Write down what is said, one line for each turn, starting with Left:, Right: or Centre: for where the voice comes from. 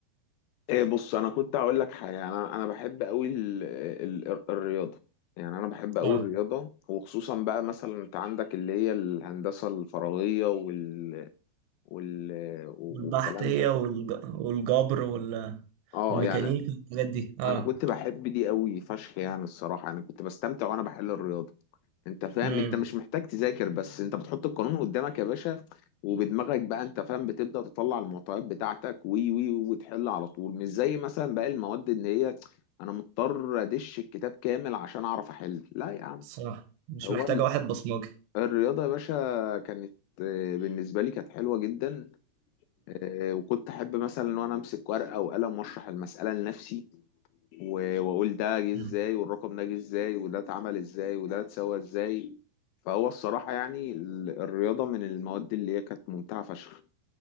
Left: إيه بص أنا كنت هقول لك حاجة أنا أنا بحب أوي ال... ال... ال- الرياضة يعني أنا بحب أوي
Right: اه
Left: الرياضة وخصوصا بقى مثلا أنت عندك اللي هي الهندسة الفراغية وال... وال... والكلام
Right: والبحثيه
Left: ده
Right: والج... والجبر وال...
Left: اه
Right: والميكانيكا
Left: يعني
Right: والحاجات دي اه
Left: انا كنت بحب دي قوي فشخ يعني الصراحه يعني كنت بستمتع وانا بحل الرياضه انت فاهم
Right: امم
Left: انت مش محتاج تذاكر بس انت بتحط القانون قدامك يا باشا وبدماغك بقى انت فاهم بتبدأ تطلع المعطيات بتاعتك وي وي وتحل على طول مش زي مثلا باقي المواد ان هي انا مضطر ادش الكتاب كامل عشان اعرف احل لا يا عم
Right: صح مش
Left: هو
Right: محتاجه
Left: ال-
Right: واحد بصمجي
Left: الرياضة يا باشا كانت آه، بالنسبة لي كانت حلوة جدا آه، وكنت احب مثلا ان انا امسك ورقة وقلم واشرح المسألة لنفسي و- واقول ده جه ازاي
Right: امم
Left: والرقم ده جه ازاي وده اتعمل ازاي وده اتسوى ازاي فهو الصراحة يعني ال- الرياضة من المواد اللي هي كانت ممتعة فشخ